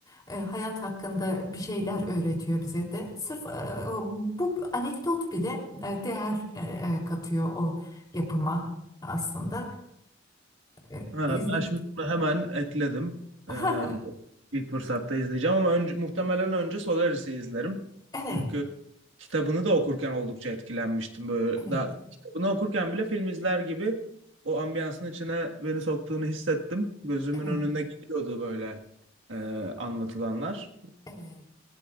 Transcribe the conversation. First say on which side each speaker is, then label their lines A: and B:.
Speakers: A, on the left; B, on the right.
A: E, hayat hakkında bir şeyler öğretiyor bize de. Sırf e, bu anekdot bile e, değer e, e, katıyor o yapıma aslında. E,
B: Ha,
A: izle-
B: ben şimdi bunu hemen ekledim.
A: <laughs>
B: Ee, ilk fırsatta izleyeceğim ama önce, muhtemelen önce Solaris'i izlerim.
A: Evet,
B: Çünkü kitabını da okurken oldukça etkilenmiştim. Böyle
A: evet,
B: daha, kitabını okurken bile film izler gibi o ambiyansın içine beni soktuğunu hissettim. Gözümün
A: evet,
B: önüne geliyordu böyle e, anlatılanlar.
A: evet.